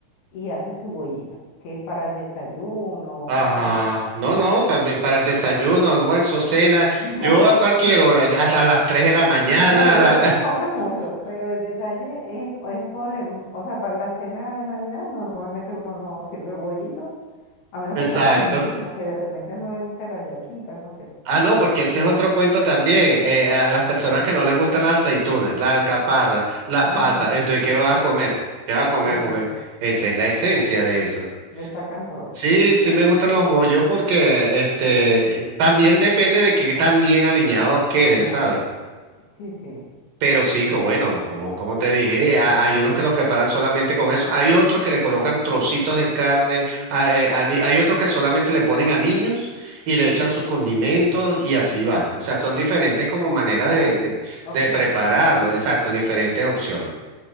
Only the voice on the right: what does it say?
Ajá,
no,
no, también para el desayuno, almuerzo, cena,
yo a cualquier hora, yo hasta las 3 de la mañana,
a la-
<laughs>
exacto.
Ah, no, porque ese es otro cuento también, eh, a las personas que no les gustan las aceitunas, las alcaparras, las
pasas, entonces, ¿qué vas a comer? ¿Qué vas a comer?
Porque esa es la esencia de eso.
Sí, sí
me gustan los bollos porque este, también depende de que tan bien alineados queden,
¿sabes?
Pero sí, que bueno, como, como te dije, ha- hay unos que lo preparan solamente con eso. Hay otros que le colocan trocitos de carne, a- eh, ali- hay otros que solamente le ponen aliños y le echan sus condimentos y así van. O sea, son diferentes como maneras
de, de,
de prepararlo, exacto, diferentes opciones.